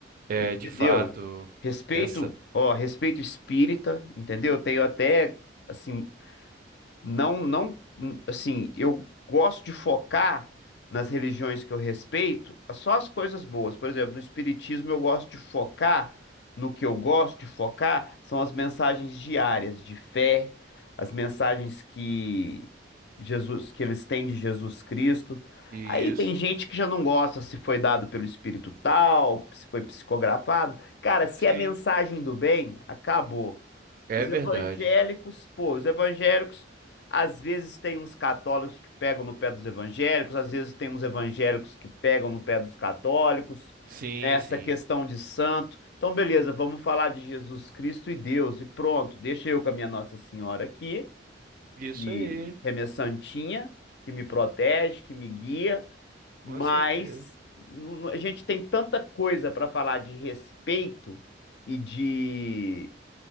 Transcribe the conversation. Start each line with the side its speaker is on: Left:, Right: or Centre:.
Right: É,
Left: entendeu?
Right: de fato,
Left: Claro, Respeito,
Right: essa
Left: ó, respeito espírita, entendeu? Tenho até, assim, não, não, assim, eu gosto de focar nas religiões que eu respeito, só as coisas boas. Por exemplo, no espiritismo eu gosto de focar no que eu gosto de focar são as mensagens diárias de fé, as mensagens que Jesus, que eles têm de Jesus Cristo.
Right: Isso.
Left: Aí tem gente que já não gosta se foi dado pelo espírito tal, se foi psicografado. Cara, se
Right: Sim,
Left: é mensagem do bem, acabou.
Right: é
Left: Os
Right: verdade.
Left: evangélicos, pô, os evangélicos, às vezes tem uns católicos que pegam no pé dos evangélicos, às vezes tem uns evangélicos que pegam no pé dos católicos,
Right: Sim,
Left: né, essa
Right: sim.
Left: questão de santo. Então, beleza, vamos falar de Jesus Cristo e Deus, e pronto, deixa eu com a minha Nossa Senhora aqui,
Right: Isso
Left: que,
Right: aí,
Left: que é minha santinha, que me protege, que me guia, mas
Right: com certeza.
Left: n- n- a gente tem tanta coisa para falar de respeito e de